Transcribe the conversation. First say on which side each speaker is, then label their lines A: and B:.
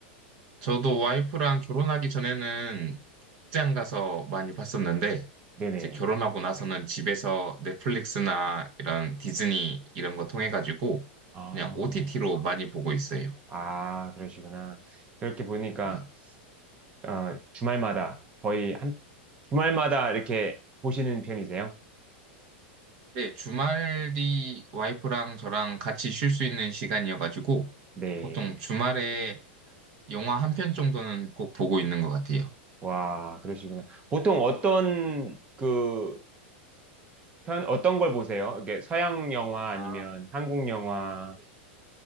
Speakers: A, on the right; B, on the right.
A: 저도 와이프랑 결혼하기 전에는 극장 가서 많이 봤었는데,
B: 네네.
A: 이제 결혼하고 나서는 집에서 넷플릭스나 이런 디즈니 이런 거 통해가지고
B: 아,
A: 그냥 OTT로 많이 보고 있어요.
B: 아, 그러시구나. 그렇게 보니까
A: 네.
B: 어, 주말마다 거의 한 주말마다 이렇게 보시는 편이세요?
A: 네, 주말 이 와이프랑 저랑 같이 쉴 수 있는 시간이어가지고
B: 네.
A: 보통 주말에 영화 한 편 정도는 꼭 보고 있는 것 같아요.
B: 와, 그러시구나. 보통 어떤 그 편, 어떤 걸 보세요? 이게 서양 영화 아니면
A: 아,
B: 한국 영화?
A: 네.